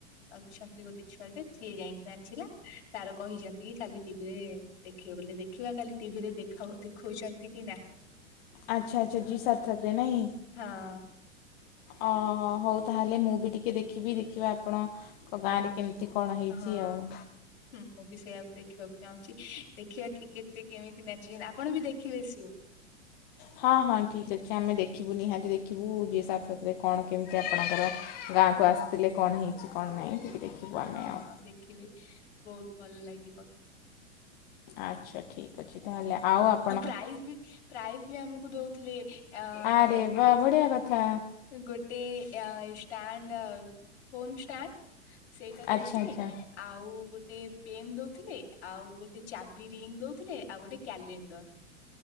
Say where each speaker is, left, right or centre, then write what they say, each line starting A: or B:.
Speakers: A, on the left; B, on the left.
A: ଅଛନ୍ତି ଗୋଟେ ଛୁଆଟେ, ସିଏ ଯାଇକି ନାଚିଲା, ତାର କହିଛନ୍ତି କି କାଲି ଟିଭିରେ ଦେଖିବ ବୋଲି, ଦେଖିବା କାଲି ଟିଭିରେ ଦେଖାଉ ଦେଖଉଛନ୍ତି କି ନାହିଁ?
B: ଆଛା ଆଛା ଜୀ ସାର୍ଥକରେ ନାଇଁ?
A: ହଁ।
B: ଅ ହଉ ତାହେଲେ ମୁଁ ବି ଟିକେ ଦେଖିବି, ଦେଖିବା ଆପଣ ତମ ଗାଁରେ କେମିତି କଣ ହେଇଛି
A: ହଁ।
B: ଆଉ?
A: ମୁଁ ବି ସେଇଆକୁ <unintelligible> ଦେଖିବା କି କେତେ କେମିତି ନାଚିଛନ୍ତି, ଆପଣ ବି ଦେଖିବେ ଏ ସବୁ।
B: ହଁ ହଁ ଠିକ୍ ଅଛି ଆମେ ଦେଖିବୁ ନିହାତି ଦେଖିବୁ, ଜି ସାର୍ଥକ ରେ କଣ କେମିତି ଆପଣଙ୍କର ଗାଁକୁ
A: ହଁ
B: ଆସିଥିଲେ, କଣ ହେଇଛି କଣ ନାହିଁ <unintelligible>
A: ହଁ
B: ଆଉ
A: ଦେଖିବି, ବହୁତ ଭଲ ଲାଗିବ।
B: ଆଚ୍ଛା ଠିକ୍ ତାହେଲେ ଆଉ ଆପ
A: ଆ ପ୍ରାଇଜ, ପ୍ରାଇଜ ବି ଆମକୁ ଦଉଥିଲେ ଆଁ
B: ଆରେ
A: ଗୋଟେ
B: ବା ବଢ଼ିଆ କଥା
A: ଗୋଟେ ଷ୍ଟାଣ୍ଡ, ଫୋନ୍ ଷ୍ଟାଣ୍ଡ। ସେଇଟା
B: ଆଚ୍ଛା
A: ଦଉଥିଲେ,
B: ଆଚ୍ଛା
A: ଆଉ ଗୋଟେ ପେନ୍ ଦଉଥିଲେ, ଆଉ ଗୋ ଟେ ଚାବି ରିଙ୍ଗ ଦଉଥିଲେ, ଆଉ ଗୋଟେ କ୍ୟାଲେଣ୍ଡର।